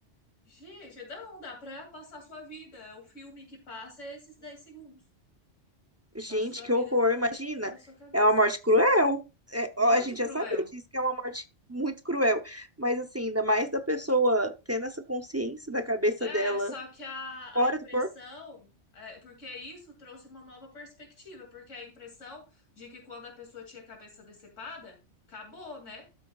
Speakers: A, on the left; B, on the right.
A: Gente, não dá pra passar a sua vida. O filme que passa é esses 10 segundos.
B: Gente,
A: Passa a sua
B: que
A: vida
B: horror,
A: pela,
B: imagina.
A: pela sua cabeça.
B: É uma morte cruel. É,
A: Muito
B: ó, a gente
A: cruel.
B: já sabia disso, que é uma morte muito cruel. Mas, assim, ainda mais da pessoa tendo essa consciência da cabeça
A: É,
B: dela
A: só que a,
B: fora
A: a impressão,
B: do corpo.
A: é, porque isso trouxe uma nova perspectiva, porque a impressão de que quando a pessoa tinha a cabeça decepada, acabou, né?